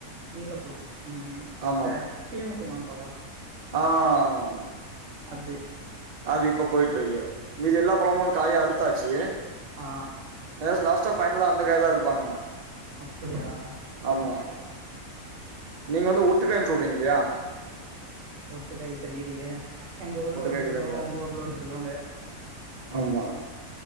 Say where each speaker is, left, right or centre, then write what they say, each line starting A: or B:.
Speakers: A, on the right; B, on the right.
A: நீலப்பழம் ம் ம் இந்த
B: ஆமா
A: கிளிமூக்கு மாங்காவா
B: ஆ
A: அடத்து
B: அது இப்ப போயிட்ருக்கு மீதி எல்லா பழமு காயு அறுத்தாச்சு
A: ஆ
B: அதாது லாஸ்ட்டா ஃபைனலா அந்த காய் தா அறுப்பாங்க
A: அப்படியா
B: ஆமா
A: ஆ
B: நீங்க வந்து ஒட்டுக்காய்ன்னு சொல்றீங்க இல்லையா
A: ஒட்டுக்கய் தெரியலையே எங்க ஊர்ல
B: ஒட்டுக்காய்
A: ஒன்னு
B: தெரியாதுல்ல
A: சொல்லுவோ உங்க ஊர்ல ஒன்னு சொல்லுவாங்க
B: ஆமா